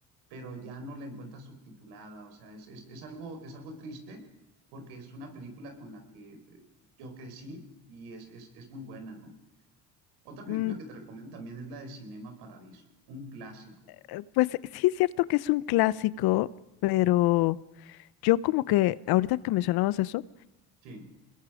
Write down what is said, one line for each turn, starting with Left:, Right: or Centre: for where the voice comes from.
Right: pero ya no la encuentras subtitulada. O sea, es, es- es algo, es algo triste porque es una película con la que eh, yo crecí y es, es, es muy buena, ¿no? Otra película
Left: mm,
Right: que te recomiendo también es la de Cinema Paradiso, un clásico.
Left: eh, pues sí es cierto que es un clásico, pero yo como que ahorita que mencionabas eso,
Right: Sí.